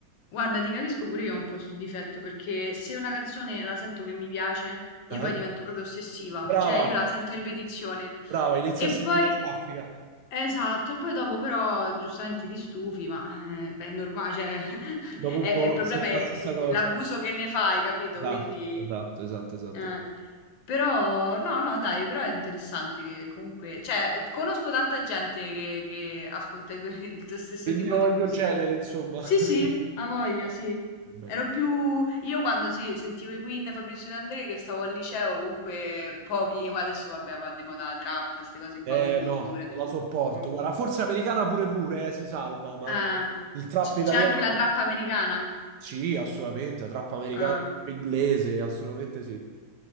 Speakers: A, on the left; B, on the right.
A: Guarda, ti capisco pure io ho un po' sto difetto perché se una canzone la sento che mi piace, io
B: Ah.
A: poi divento proprio ossessiva,
B: Brava,
A: cioè io la sento a ripetizione
B: brava, inizio
A: e
B: a sentire
A: poi
B: la raffica.
A: Esatto, e poi dopo però giustamente ti stufi, ma eh, beh, è normale, cioè, <laughs>
B: Dopo un
A: è-
B: po'
A: è- il problema
B: sento
A: è,
B: la
A: è
B: stessa cosa.
A: l'abuso che ne fai, capito?
B: Esatto,
A: Quindi,
B: esatto, esatto, esatto.
A: eh, però, no, no, dai, però è interessante che comunque, cioè, conosco tanta gente che, che ascolta i tuoi- <laughs> il tuo stesso
B: Il
A: tipo
B: mio,
A: di
B: il
A: musica.
B: mio genere, insomma.
A: Sì,
B: <laughs>
A: sì, ha voglia, sì.
B: Va bene.
A: Ero più... Io quando sì, sentivo i Queen, Fabrizio De André, che stavo al liceo, comunque pochi, ma adesso vabbè, va di moda la trap, queste cose
B: Eh
A: qua, quindi
B: no,
A: figurati.
B: non la sopporto.
A: Mm.
B: Guarda, forse americana pure pure, eh, si salva, ma
A: Ah,
B: il, il trap
A: c-
B: italiano...
A: c'è anche la trap americana?
B: Sì, assolutamente, la trap americana,
A: Ah.
B: la trap inglese, assolutamente sì.